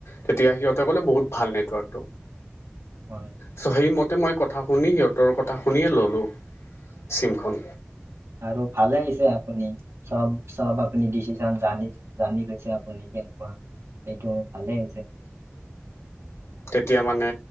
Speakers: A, on the left; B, on the right.
A: তেতিয়া সিহঁতে ক'লে বহুত, বহুত ভাল নেটৱৰ্কটো।
B: হয়
A: ছ' সেইমতে মই কথা শুনি সিহঁতৰ কথা শুনিয়ে ল'লোঁ। চিমখন
B: আৰু ভালে আহি হৈছে আপুনি। চব-চব আপুনি ডিচিশচন জানি-জানি লৈছে আপুনি কেনেকুৱা। সেইটো ভালে হৈছে।
A: <inaudible> তেতিয়া মানে